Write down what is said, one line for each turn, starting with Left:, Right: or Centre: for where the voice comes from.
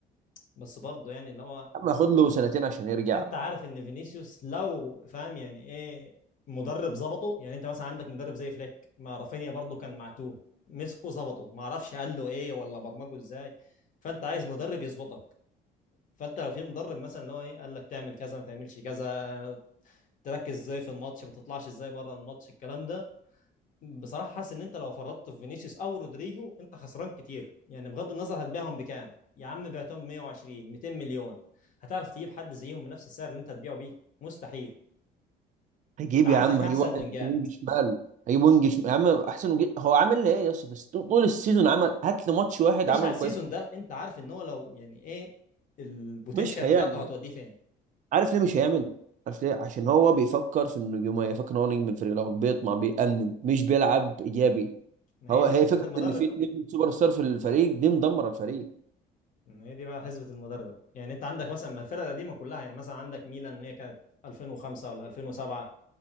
Left: بس برضو يعني اللي هو
Right: اما خد له سنتين عشان يرجع
Left: انت عارف ان فينيسيوس لو فاهم يعني ايه مدرب ظبطه يعني انت مثلا عندك مدرب زي فليك مع رافينيا برضو كان معتوه مسكه ظبطه ما اعرفش قال له ايه ولا برمجه ازاي فانت عايز مدرب يظبطك فانت لو في مدرب مثلا اللي هو ايه قال لك تعمل كذا ما تعملش كذا تركز ازاي في الماتش ما تطلعش ازاي بره الماتش الكلام ده بصراحه حاسس ان انت لو فرطت في فينيسيوس او رودريجو انت خسران كتير يعني بغض النظر هتبيعهم بكام يا عم بعتهم 120 200 مليون هتعرف تجيب حد زيهم بنفس السعر اللي انت هتبيعه بيه مستحيل
Right: هجيب
Left: انت عندك
Right: يا عم
Left: احسن
Right: هجيب واحد
Left: وينجات
Right: وينج شمال هجيب وينج شمال يا عم احسن وجي... هو عامل لي ايه يا اسطى في الس- طول السيزون عمل هات لي ماتش واحد
Left: مش
Right: عمله
Left: على السيزون
Right: كويس
Left: ده انت عارف ان هو لو يعني ايه البوتنشال
Right: مش هيعمل
Left: بتاعته هتوديه فين
Right: عارف ليه مش هيعمل عارف ليه عشان هو بيفكر في النجوميه يفكر ان هو نجم الفريق الاول بيطمع بيأنب مش بيلعب ايجابي
Left: ما
Right: هو
Left: هي دي
Right: هي
Left: فكره
Right: فكره
Left: المدرب
Right: ان في اتنين
Left: بقى.
Right: سوبر ستار في الفريق دي مدمره الفريق
Left: إن هي دي بقى حسبة المدرب يعني انت عندك مثلا ما الفرقة القديمة كلها يعني مثلا عندك ميلان ان هي كانت 2005 ولا 2007